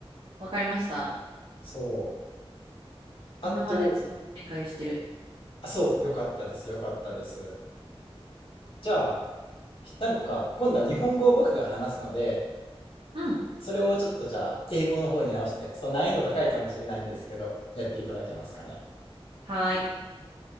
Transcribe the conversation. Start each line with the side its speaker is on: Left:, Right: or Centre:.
Right: わかりました。
Left: そう。あと、
Right: 今までちゃんと理解してる。
Left: あ、そう。よかったです。よかったです。じゃあ、何個か、今度は日本語を僕が話すので、
Right: うん。
Left: それをちょっとじゃあ、英語の方に直して、ちょっと難易度高いかもしれないんですけど、やっていただけますかね。
Right: はーい。